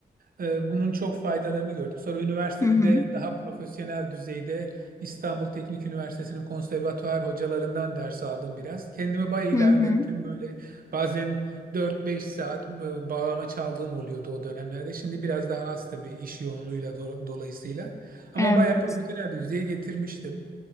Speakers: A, on the right; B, on the left.
A: E, bunun çok faydalarını gördüm. Sonra üniversitede
B: Hı hı,
A: de daha profesyonel düzeyde İstanbul Teknik Üniversitesi'nin konservatuar hocalarından ders aldım biraz. Kendimi bayağı ilerlettim.
B: hı hı.
A: Böyle bazen dört beş saat e, bağlama çaldığım oluyordu o dönemlerde. Şimdi biraz daha az tabii iş yoğunluğuyla do- dolayısıyla. Ama
B: Evet.
A: bayağı profesyonel bir düzeye getirmiştim.